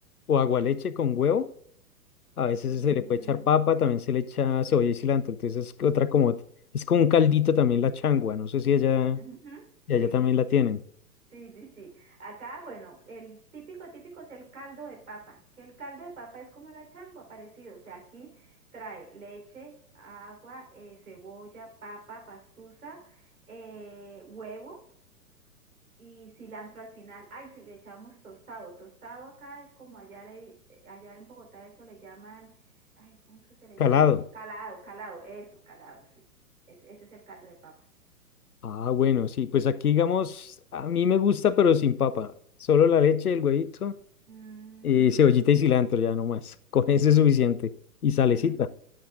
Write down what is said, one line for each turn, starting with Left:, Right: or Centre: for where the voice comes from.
Left: o agualeche con huevo. A veces
Right: Mm,
Left: se le puede echar papa, también se le echa cebolla y cilantro. Entonces es otra como, es como un caldito también la changua. No sé si allá,
Right: ujú,
Left: y allá
Right: Sí.
Left: también la tienen.
Right: Sí, sí, sí. Acá, bueno, el típico, típico es el caldo de papa, que el caldo de papa es como la changua, parecido. O sea, aquí trae leche, agua, eh, cebolla, papa, pastusa, eh, huevo y cilantro al final. Ay, se le echamos tostado. Tostado acá es como allá, le, allá en Bogotá eso le llaman, ay, ¿cómo es que se le
Left: Calado.
Right: llaman? Calado, calado, eso, calado, sí. Es- ese es el caldo de papa.
Left: Ah, bueno, sí. Pues aquí, digamos, a mí me gusta, pero sin papa. Solo la leche, el huevito,
Right: Mm,
Left: y cebollita y cilantro, ya no más. <laughs> Con eso
Right: ujú,
Left: es suficiente. Y salecita.
Right: ujú.